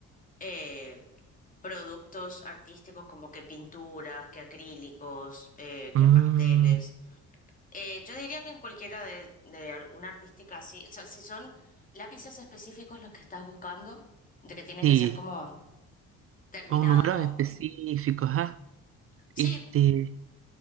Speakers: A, on the left; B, on the right.
A: eh, productos artísticos como que pinturas, que acrílicos, eh, que
B: Mm,
A: pasteles. Eh, yo diría que en cualquiera de, de alguna artística así, o sea, si son lápices específicos los que estás buscando, de que tienen
B: sí,
A: que ser como terminado.
B: con números específicos, ¿ah?
A: Sí,
B: Este...